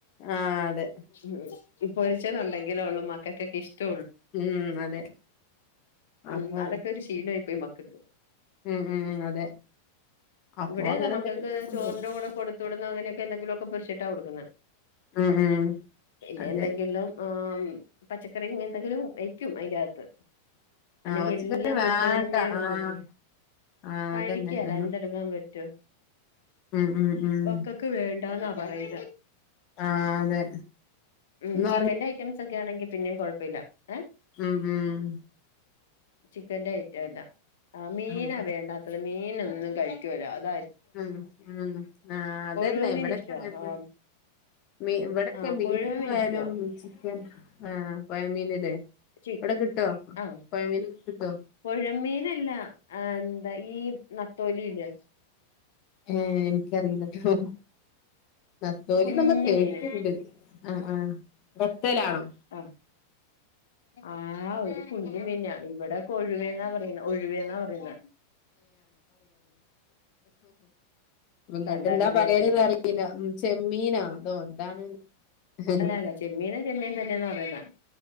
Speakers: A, on the left (about 40°); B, on the left (about 60°).
A: ആഹ് അതെ
B: ഉ ഇ പൊരിച്ചെന്നണ്ടെങ്കിലോള്ളൂ മക്കൾക്കൊക്കെ ഇഷ്ടം.
A: ഉം അതെ.
B: ഉം
A: അപ്പൊ
B: അതൊക്കെ ഒരു ശീലമായി പോയി മക്കൾക്ക്.
A: ഉം ഉം അതെ അപ്പൊ
B: ഇവിടെ
A: അങ്ങനെ
B: താ മക്കൾക്ക്
A: എന്തെങ്കിലുമൊക്കെ കൊണ്ടോവും
B: ചോറിന്റെ കൂടെ കൊടുത്ത വിടുന്ന അങ്ങനെക്കെ <unintelligible> എന്തെങ്കിലും പൊരിച്ചിട്ട കൊടുക്കുന്നെ.
A: ഉം ഉം
B: പിന്നെ
A: അതെ
B: എന്തെങ്കിലും ഉ പച്ചക്കറി എന്തെങ്കിലും വയ്ക്കും, അതിന്റെകത്ത്. അല്ലെങ്കിൽ
A: ആഹ് പച്ചക്കറി
B: എല്ലാം
A: വേണ്ട
B: പൊരിച്ച തന്നെയണോന്നോർക്കും.
A: ആഹ് ആഹ്
B: കഴിക്കേല
A: അതന്നെ നമ്മൾ
B: എന്തെടുക്കാൻ പറ്റും.
A: ഉം ഉം ഉം
B: മക്കക്ക് വേണ്ടാന്നാ പറയക.
A: ആ അതെ.
B: ഉം
A: ഇന്ന്
B: ചിക്കന്റെ ഐറ്റംസ് ഒക്കെ ആണെങ്കിൽ പിന്നെയും കുഴപ്പമില്ല. ഏ
A: മം മം.
B: ചിക്കന്റെ ഐറ്റം എല്ലാം, ആ മീനാ
A: ഉം
B: വേണ്ടാത്തത് മീന രും കഴികേല അത
A: ഉ ഉ ആഹ അതെന്നെ
B: കൊഴുവമീൻ
A: ഇവിടൊക്കെ
B: ഇഷ്ടവാ
A: അങ്ങന
B: ആ
A: മീ ഇവിടെക്കെ
B: ആ
A: ബീഫ
B: കൊഴുവമീൻ
A: ആലും
B: ഇഷ്ടവാ
A: ചിക്കൻ ആഹ പൊഴമീനീല്ലേ
B: ചി
A: ഇവിടെ കിട്ടുവ
B: ആ
A: പൊയമീന കിട്ടോ?
B: കൊഴമീനല്ല ആ എന്താ ഈ നത്തോലില്ലേ?
A: ഏ എനിക്കറിയില്ലട്ടോ, നത്തോലി
B: കുഞ്ഞു
A: എന്നൊക്കെ കേട്ടിട്ടുണ്ട്.
B: മീന്
A: ആ ആ ബത്തലാണോ
B: ആ ആ ഒരു കുഞ്ഞു മീനാ. ഇവിടെ കൊഴുവേന്നാ പറയുന്നെ, ഒഴുവേന്നാ പറയുന്നെ.
A: നിങ്ങട്ട
B: കണ്ടാലറിയാമായിരിക്കും
A: എന്താ പറയാന അറിയില്ല ചെമ്മീനാ അതോ എന്താണ്. ആഹ്
B: അല്ലല്ല. ചെമ്മീന ചെമ്മിൻ തന്ന പറയുന്നേ.